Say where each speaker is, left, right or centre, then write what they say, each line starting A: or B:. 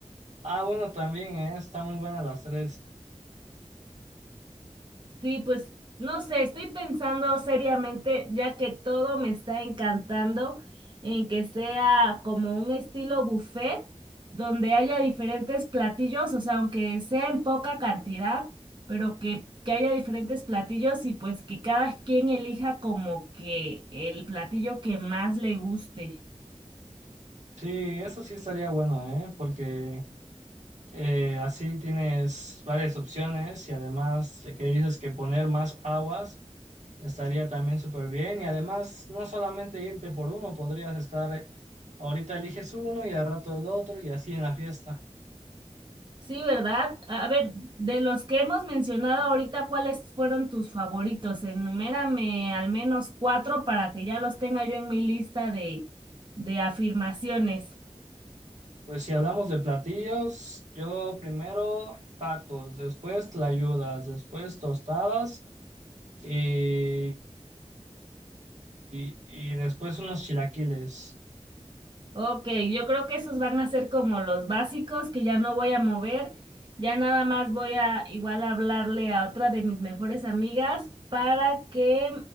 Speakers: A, on the right; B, on the right.
A: Ah, bueno, también, eh, están muy buenas las tres.
B: Sí, pues no sé, estoy pensando seriamente, ya que todo me está encantando, en que sea como un estilo buffet, donde haya diferentes platillos, o sea, aunque sea en poca cantidad, pero que, que haya diferentes platillos y pues que cada quien elija como que el platillo que más le guste.
A: Sí, eso sí estaría bueno, ¿eh? Porque eh, así tienes varias opciones y además de que dices que poner más aguas estaría también súper bien y además no solamente irte por uno, podrías estar, ahorita eliges uno y al rato el otro y así en la fiesta.
B: Sí, ¿verdad? A a ver, de los que hemos mencionado ahorita, ¿cuáles fueron tus favoritos? Enumérame al menos cuatro para que ya los tenga yo en mi lista de, de afirmaciones.
A: Pues si hablamos de platillos, yo primero tacos, después tlayudas, después tostadas y, y, y después unos chilaquiles.
B: Ok, yo creo que esos van a ser como los básicos que ya no voy a mover. Ya nada más voy a igual hablarle a otra de mis mejores amigas para que